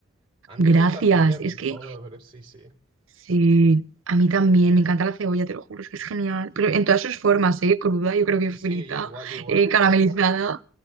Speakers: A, on the right; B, on the right.
A: A mí
B: Gracias,
A: me gusta la cebolla en
B: es que
A: todo, pero sí, sí.
B: sí, a mí también me encanta la cebolla, te lo juro, es que es genial. Pero en todas sus formas, ¿eh? Cruda, yo creo que
A: Sí,
B: frita,
A: sí, yo igual, yo igual.
B: eh, caramelizada.